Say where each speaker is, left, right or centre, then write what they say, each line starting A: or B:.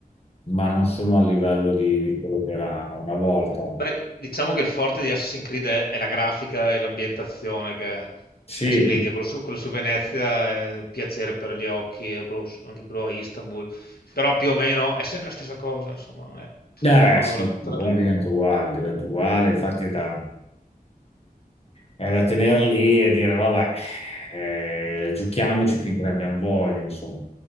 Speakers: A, on the left; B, on the left.
A: ma non sono a livello di, di quello che era una volta.
B: Beh, diciamo che il forte di Assassin's Creed è, è la grafica e l'ambientazione che
A: Sì,
B: è splendida.
A: qui-
B: Quello su, quello su Venezia è un piacere per gli occhi, e quello su- anche quello a Istanbul. Però più o meno è sempre la stessa cosa, insomma, non è
A: eh,
B: proprio
A: sì,
B: la...
A: un
B: tra-
A: po' diventa uguale, diventa uguale. Infatti è da, è da tenere lì e dire, vabbè, eh, giochiamoci finché ne abbiamo voglia, insomma.